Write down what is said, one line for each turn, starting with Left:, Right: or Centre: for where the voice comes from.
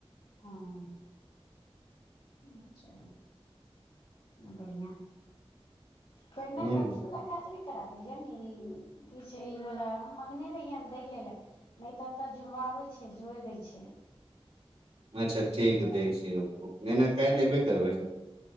Left: ह अच्छा बढ़िआ पहिने
Right: ह
Left: के काथी वाला काज नै करा देलियै ई की छैय ई बला हम मङगने रहियनि दै ल लए नहि तऽ एतऽ जुड़वाबै छैय जोड़ि दैय छैय।
Right: अच्छा ठीक दैय छियै रूकू नहि ना काल्हि अयबे करबै